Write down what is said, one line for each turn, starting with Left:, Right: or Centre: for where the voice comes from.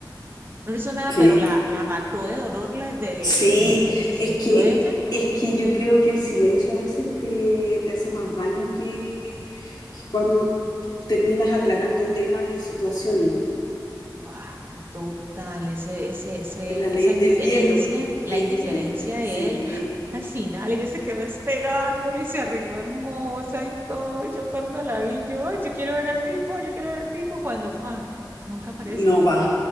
Right: No le hizo nada,
Left: sí,
Right: pero la, la mató de dolor, la de,
Left: sí,
Right: del cómo se sintió
Left: es que,
Right: ella.
Left: es que yo creo que el silencio a veces te, te hace más daño que, que cuando terminas aclarando temas y situaciones.
Right: Ay, total, ese, ese, ese,
Left: Es la ley
Right: esa
Left: del
Right: indiferencia,
Left: hielo. Eh,
Right: la indiferencia
Left: <laughs> sí,
Right: de él, al final ella se quedó esperándolo y se arregló hermosa y todo. Yo cuando la vi, yo, "Ay, yo quiero ver al tipo, yo quiero ver al tipo, cuando, pa, nunca aparece.
Left: no va.